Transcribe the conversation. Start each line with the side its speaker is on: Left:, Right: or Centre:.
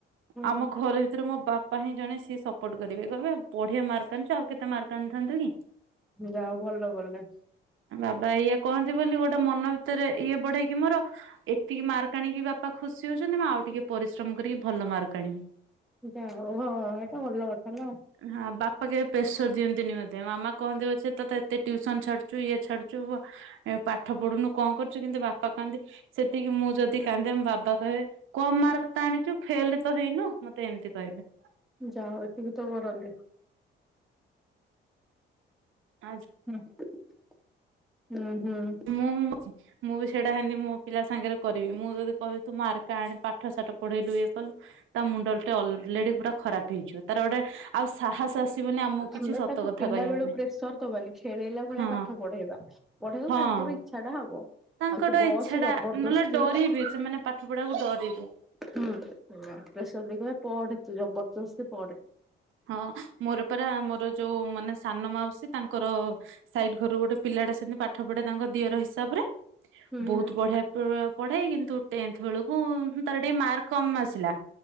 Centre: ହୁଁ
Right: ଆମ ଘର ଭିତରେ ମୋ ବା ପା ହିଁ ଜଣେ ସିଏ ସପୋର୍ଟ କରିବେ କହିବେ ବଢିଆ ମାର୍କ ଆଣିଚ ଆଉ କେତେ ମାର୍କ ଆଣିଥାନ୍ତୁ କି।
Centre: ଯା ହଉ ଭଲ କଲେ।
Right: ଆ, ବାବା ଏଇଆ କହନ୍ତି ବୋଲି ଗୋଟେ ମନ ଭିତରେ ଇଏ ବଢେଇକି ମୋର ଏତିକି ମାର୍କ ଆଣିକି ବା ପା ଖୁସି ହଉଛନ୍ତି ମୁଁ ଆଉ ଟିକେ ପରିଶ୍ରମ କରିକି ଭଲ ମାର୍କ ଆଣିବି।
Centre: ଯା ହଉ ହୋ ଏଟା ଭଲ କଥା ନା।
Right: ହଁ ବାପା କେବେ ପ୍ରେସର୍ ଦିଅନ୍ତିନି ମୋତେ। ମାମା କହନ୍ତି ପଛେ ତୋତେ ଏତେ ଟିଉସନ ଛାଡଛୁ ଇଏ ଛାଡଛୁ ବ ଏ ପାଠ ପଢୁନୁ କଣ କରୁଛୁ କିନ୍ତୁ ବାପା କହନ୍ତି ସେତିକି ମୁଁ ଯଦି କାନ୍ଦେ ବାବା କହିବେ କମ ମାର୍କ ତ ଆଣିଚୁ ଫେଲ୍ ତ ହେଇନୁ ମୋତେ ଏମିତି କହିବେ।
Centre: ଯା ହଉ ଏତିକି ତ କରନ୍ତି।
Right: ଆଜ୍
Centre: ହୁଁ, ନା, ହଁ।
Right: ମୁଁ <unintelligible> ମୁଁ ବି ସେଇଟା ହେନେ ମୋ ପିଲା ସାଙ୍ଗରେ କରିବି। ମୁଁ ଯଦି କହିବି ତୁ ମାର୍କ ଆଣେ ପାଠ ସାଠ ପଢେଇଲୁ ଇଏ କଲୁ ତା ମୁଣ୍ଡ ଟେ ଅଲରେଡି ପୁରା ଖରାପ ହେଇଯିବ। ତାର ଗୋଟେ ଆଉ ସାହସ ଆସିବନି ଆମକୁ କିଛି
Centre: ଆମେ
Right: ସତ
Centre: ତାକୁ
Right: କଥା
Centre: ପିଲା
Right: କହିବା
Centre: ବେଳୁ
Right: ପାଇଁ
Centre: ପ୍ରେସର୍ ଦବାନି ଖେଳେଇଲା ଭଳିଆ
Right: ହଁ
Centre: ପାଠ ପଢେଇବା। ପଢେଇଲେ
Right: ହଁ।
Centre: ତାଙ୍କର ଇଚ୍ଛା ଟା ହବ।
Right: ତାଙ୍କର
Centre: ଆଉ ତୁ ବସ
Right: ଇଚ୍ଛା
Centre: ଜବରଦସ୍ତି
Right: ଟା ନହେଲେ ଡରିବେ ସେମାନେ ପାଠ ପଢାକୁ ଡରିବେ।
Centre: ହୁଁ, ଅ, ଆ, ପ୍ରେସର୍ ଦେଇକି କହିବା ପଢେ ତୁ ଜବରଦସ୍ତି ପଡେ।
Right: ହଁ ମୋର ପରା ମୋର ଯୋଉ ମାନେ ସାନ ମାଉସୀ ତାଙ୍କର ସାଇଡ୍ ଘରୁ ଗୋଟେ ପିଲାଟା ସେମିତି ପାଠ ପଢେ ତାଙ୍କ ଦିଅର ହିସାବ ରେ।
Centre: ହୁଁ
Right: ବହୁତ
Centre: ହୁଁ
Right: ବଢିଆ <unintelligible> ପଢେ କିନ୍ତୁ ଟେନ୍ଥ ବେଳକୁ ହୁଁ ତାର ଟିକେ ମାର୍କ କମ ଆସିଲା।